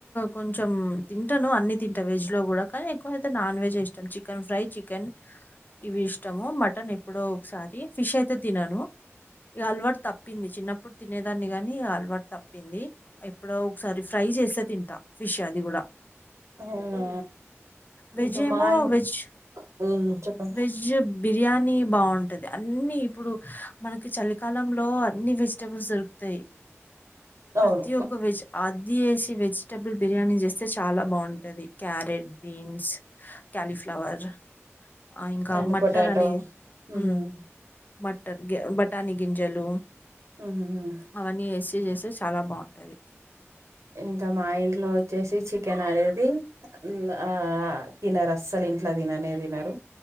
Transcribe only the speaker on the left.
కొంచెం తింటను అన్ని తింటా వెజ్ లో కూడా కానీ ఎక్కువ అయితే నాన్ వెజ్ ఇష్టం చిక్ న్ ఫ్రై చికెన్ ఇవి ఇష్టము మటన్ ఎప్పుడో ఒకసారి ఫిష్ అయితే తినను ఇక అలవాటు తప్పింది చిన్నప్పుడు తినేదాన్ని గాని అలవాటు తప్పింది ఎప్పుడొ ఒకసారి ఫ్రై చేస్తే తింటా ఫిష్ అది కూడా
వెజ్
ఏమో
వెజ్
వెజ్ బిర్యానీ బాగుంటది అన్ని ఇప్పుడు మనకి చలి కాలంలో అన్ని వెజిటెబుల్స్ దొరుకుతాయి
ప్రతి ఒ వెజ్ అది వేసి వెజిటెబుల్ బిర్యానీ చేస్తే చాలా బాగుంటది క్యారెట్ బీన్స్ కాలిఫ్లావర్ ఆ ఇంకా
మట్టర్
అనీ
మ్ మట్టర్ గ బట్ టానీ గింజలు
అవన్నీ వేసి చేస్తే చాలా బాగుంటది